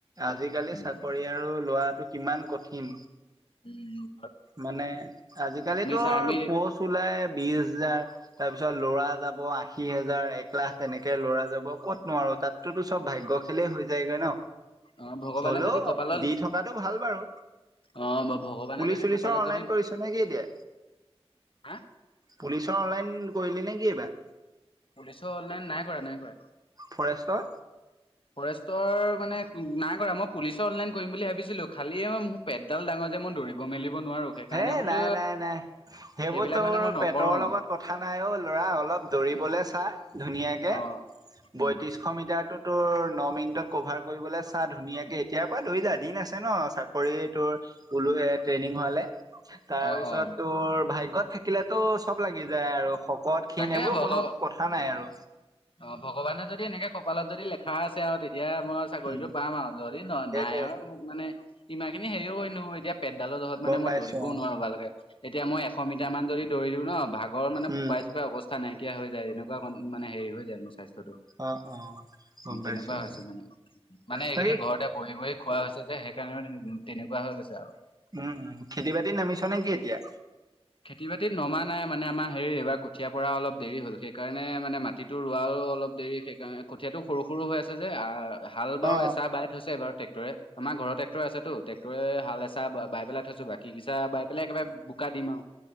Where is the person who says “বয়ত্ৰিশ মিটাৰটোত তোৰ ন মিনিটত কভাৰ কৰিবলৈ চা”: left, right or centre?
Right